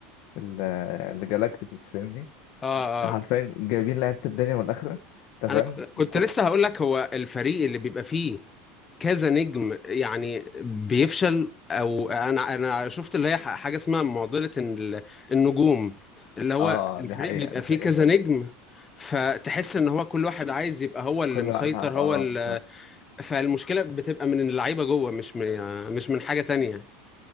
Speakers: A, on the left; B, on the left.
A: ال- آه، اللي جالاكتيكوس فاهمني
B: اه,
A: حرفيا
B: آه.
A: جايبين لعيبة الدنيا والآخرة أنت
B: انا
A: فاهم
B: ك- كنت
A: وكو...
B: لسه هقول لك هو الفريق اللي بيبقى فيه كذا نجم يعني بيفشل او انا انا شفت اللي هي ح- حاجه اسمها معضله ال- النجوم اللي هو
A: آه
B: الفريق
A: آه، دي حقيقة
B: بيبقى
A: دي
B: فيه
A: حقيقة
B: كذا
A: فاهم
B: نجم فتحس ان هو كل واحد عايز يبقى هو اللي
A: كل
B: مسيطر
A: واحد ع- آه
B: هو اللي
A: بالظبط
B: فالمشكله بتبقى من اللعيبه جوه مش من يعني، مش من حاجه تانية